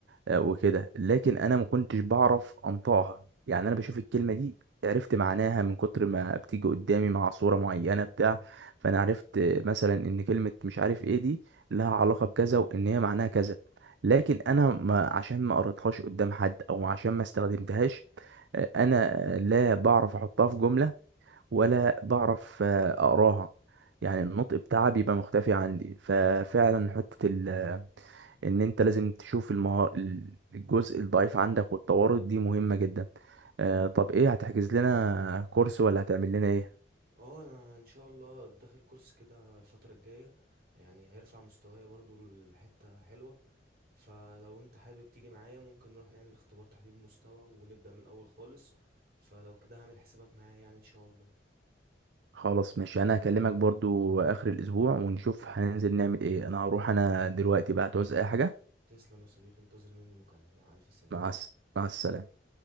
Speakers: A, on the right; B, on the right.
A: آه وكده لكن انا ما كنتش بعرف انطقها يعني انا بشوف الكلمه دي عرفت معناها من كتر ما بتيجي قدامي مع صوره معينه بتاع فانا عرفت مثلا ان كلمه مش عارف ايه دي لها علاقه بكذا وان هي معناها كذا لكن انا ما عشان ما قريتهاش قدام حد او عشان ما استخدمتهاش آه، انا لا بعرف احطها في جملة ولا بعرف آه، اقراها يعني النطق بتاعها بيبقى مختفي عندي ففعلا حتة ال آه، ان انت لازم تشوف المها... الجزء الضعيف عندك والتوارد دي مهمة جدا آه طب ايه هتحجز لنا كورس ولا هتعمل لنا ايه
B: اه انا ان شاء الله داخل كورس كده الفترة الجاية يعني هيرفع مستواي برضو لحتة حلوة فلو انت حابب تيجي معايا ممكن نروح نعمل اختبار تحديد مستوى ونبدأ من الاول خالص فلو كده هعمل حسابك معايا يعني ان شاء الله
A: خلاص ماشي انا هكلمك برضو اخر الاسبوع ونشوف هننزل نعمل ايه انا هروح انا دلوقتي بقى تعوز اي حاجة
B: تسلم يا صديقي انتظر مني مكالمة مع الف سلامة
A: مع الس- مع السلامة